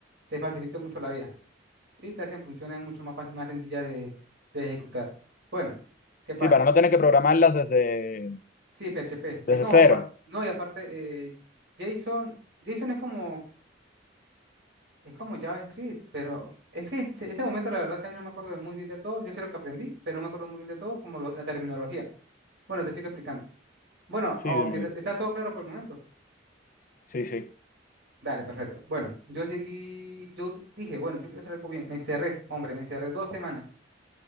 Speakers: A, on the right (about 65°); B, on the left (about 45°).
A: te facilita mucho la vida. Sí, te hacen funciones mucho más, fácil- más sencillas de, de ejecutar. Bueno, ¿qué pasa?
B: Sí, para no tener que programarlas desde,
A: Sí, PHP. Es
B: desde
A: como,
B: cero.
A: pa- no, y aparte, eh, JSON, JSON es como, es como JavaScript, pero es que en este momento la verdad casi no me acuerdo de muy bien de todo. Yo sé lo que aprendí, pero no me acuerdo muy bien de todo, como lo- la terminología. Bueno, te sigo explicando. Bueno,
B: Sí,
A: aunque
B: dime.
A: está está todo claro por el momento.
B: Sí, sí.
A: Dale, perfecto. Bueno, yo seguí, yo dije, bueno, yo quiero hacer algo bien. Me encerré, hombre, me encerré dos semanas.